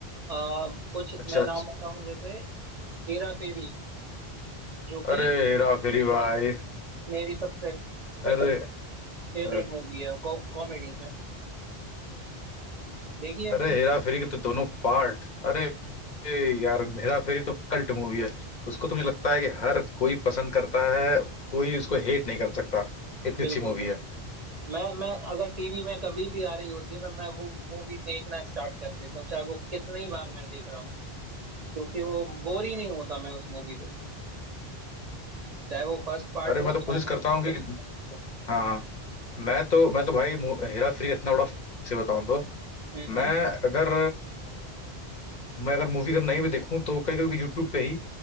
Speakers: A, on the right; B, on the left.
A: अम, कुछ
B: अच्छा
A: मैं
B: अच्छा।
A: नाम बताऊं जैसे हेरा फेरी जो कि
B: अरे हेरा फेरी भाई
A: मेरी सबसे
B: अरे
A: फेवरेट
B: अ,
A: मूवी है कॉमेडीज में देखी है
B: अरे हेरा फेरी के तो दोनों पार्ट अरे ए यार हेरा फेरी तो कल्ट मूवी है उसको तो मुझे लगता है कि हर कोई पसंद करता है कोई उसको हेट नहीं कर सकता इतनी
A: बिल्कुल
B: अच्छी मूवी
A: बिल्कुल
B: है
A: मैं मैं अगर टीवी में कभी भी आ रही होती है मैं मैं वो मूवी देखना स्टार्ट कर देता हूँ चाहे वो कितनी बार मैं देख रहा हूँ क्योंकि वो बोर ही नहीं होता मैं उस मूवी को देख चाहे वो फर्स्ट पार्ट
B: अरे
A: हो
B: मैं तो कोशिश
A: चाहे
B: करता
A: उसका
B: हूँ
A: second
B: कि
A: part हो
B: हाँ हाँ, मैं तो मैं तो भाई मु- हेरा फेरी का इतना बड़ा से बताऊँ तो
A: हम्म
B: मैं
A: हम्म,
B: अगर मैं अगर मूवी अगर नहीं भी देखूं तो कई कभी यूट्यूब पे ही